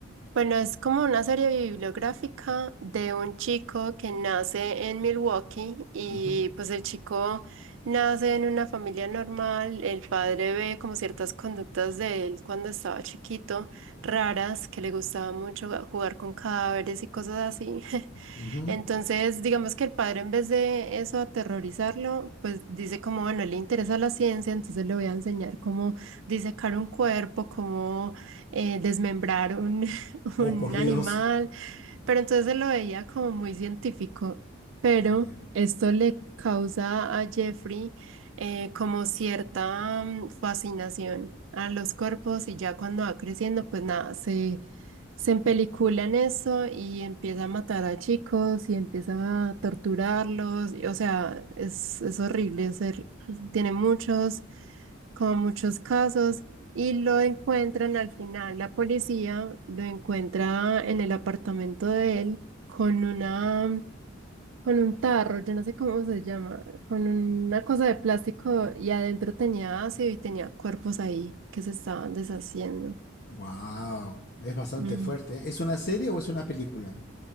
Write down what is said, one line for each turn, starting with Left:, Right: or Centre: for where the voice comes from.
Right: Bueno,
Left: Co-
Right: es como una serie bibliográfica de un chico que nace en Milwaukee y
Left: ujú,
Right: pues el chico nace en una familia normal, el padre ve como ciertas conductas de él cuando estaba chiquito, raras, que le gustaba mucho jugar con cadáveres y cosas así. <laughs>
Left: ujú.
Right: Entonces, digamos que el padre en vez de eso aterrorizarlo, pues dice como, bueno, le interesa la ciencia, entonces le voy a enseñar cómo disecar un cuerpo, cómo eh, desmembrar un, <laughs>
Left: Oh,
Right: un
Left: por Dios.
Right: animal, pero entonces se lo veía como muy científico. Pero
Left: Ya.
Right: esto le causa a Jeffrey eh, como cierta mm, fascinación a los cuerpos y ya cuando va creciendo, pues nada, se, se empelicula en eso y empieza a matar a chicos y empieza a torturarlos. y, o sea, es, es horrible, es hor- tiene muchos con muchos casos y lo encuentran al final, la policía lo encuentra en el apartamento de él con una, mm, con un tarro, yo no sé cómo se llama, con una cosa de plástico y adentro tenía ácido y tenía cuerpos ahí que se estaban deshaciendo.
Left: Wow, es bastante
Right: Ujú.
Left: fuerte. ¿Es una serie o es una película?